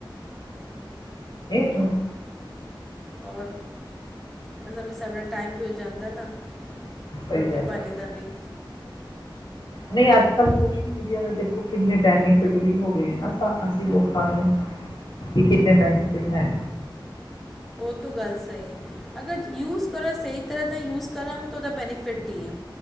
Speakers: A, on the left; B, in the centre.
A: ਤੂੰ <unintelligible>
B: ਹੋਰ ਫਿਰ ਸਾਨੂੰ, ਸਾਡਾਟਾਈਮ ਵੀ ਹੋ ਜਾਂਦਾ ਨਾ
A: ਸਹੀ
B: ਰੋਟੀ
A: ਗੱਲ
B: ਪਾਣੀ
A: ਹੈ।
B: ਦਾ ਵੀ
A: ਨਹੀਂ ਅੱਜ ਪਰ ਸੋਸ਼ਲ ਮੀਡੀਆ ਦਾ ਦੇਖੋ ਕਿੰਨੇ ਬੈਨੀਫਿਟ ਵੀ ਹੋ ਗਏ ਨਾ ਅਸੀਂ ਲੋਕਾਂ ਨੂੰ ਕਿ ਕਿੰਨੇ ਬੈਨੀਫਿਟ ਹੈ।
B: ਉਹ ਤ ਗੱਲ ਸਹੀ ਹੈ। ਅਗਰ ਯੂਜ ਸਹੀ ਤਰ੍ਹਾਂ ਦਾ ਯੂਜ ਕਰਾਂਗੇ ਤਾਂ ਉਹਦਾ ਬੈਨੀਫਿਟ ਹੀ ਹੈ।